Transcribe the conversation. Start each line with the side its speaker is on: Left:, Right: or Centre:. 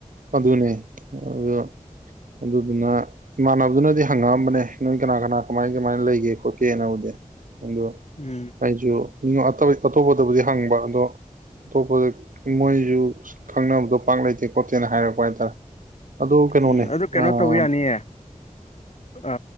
Right: ꯑꯗꯨꯅꯦ ꯑꯗꯣ ꯑꯗꯨꯗꯨꯅ꯫ ꯏꯃꯥꯟꯅꯕꯗꯨꯅꯗꯤ ꯍꯪꯉꯛꯑꯝꯕꯅꯦ ꯅꯣꯏ ꯀꯅꯥ ꯀꯅꯥ ꯀꯃꯥꯏ ꯀꯃꯥꯏꯅ ꯂꯩꯒꯦ ꯈꯣꯠꯀꯦꯅꯕꯨꯗꯤ ꯑꯗꯨ
Left: ꯎꯝ꯫
Right: ꯑꯩꯁꯨ ꯎꯪ ꯑꯇꯣꯏ ꯑꯇꯣꯞꯄꯗꯕꯨꯗꯤ ꯍꯪꯕ ꯑꯗꯣ ꯑꯇꯣꯞꯄꯗ ꯃꯣꯏꯁꯨ ꯈꯪꯅꯕꯗꯣ ꯄꯥꯛ ꯂꯩꯇꯦ ꯈꯣꯠꯇꯦꯅ ꯍꯥꯏꯔꯛꯄ ꯍꯥꯏꯇꯥꯔꯦ꯫ ꯑꯗꯣ ꯀꯩꯅꯣꯅꯦ
Left: ꯎꯝ ꯑꯗꯨ ꯀꯩꯅꯣ
Right: ꯑꯥ
Left: ꯇꯧꯕ ꯌꯥꯅꯤꯌꯦ꯫ ꯑ